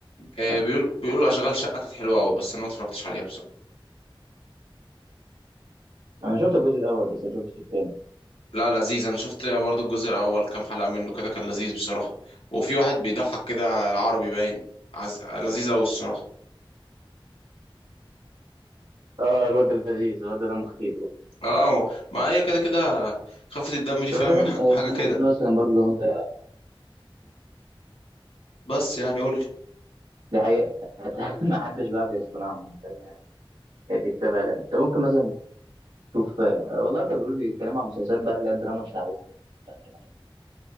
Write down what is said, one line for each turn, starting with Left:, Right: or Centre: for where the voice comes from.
Left: آه،
Right: مثلا؟
Left: بيقولوا بيقولوا اشغال شقه كانت حلوه قوي بس انا ما اتفرجتش عليها بصراحه
Right: انا شفت الجزء الاول بس ما شفتش الثاني
Left: لا لذيذ انا شفت برضو الجزء الاول كام حلقه منه كده كان لذيذ بصراحه وفي واحد بيضحك كده العربي باين عز... لذيذ قوي الصراحه
Right: اه الواد ده لذيذ الواد ده دمه خفيف
Left: اه ما ما هي كده كده خفه الدم دي فاهم
Right: مثلا
Left: ح-
Right: آه،
Left: حاجه
Right: انت
Left: كده
Right: ممكن مثلا برضه لو انت
Left: بس يعني قول لي
Right: دي حقيقة <laughs> ما حدش بيعرف يصنعها يعني فاهم؟ كانت تكسبها لا انت ممكن مثلا تشوف آه، والله كانوا بيقولوا بيتكلموا عن مسلسلات بقى اللي هي الدراما الشعبية بتاعت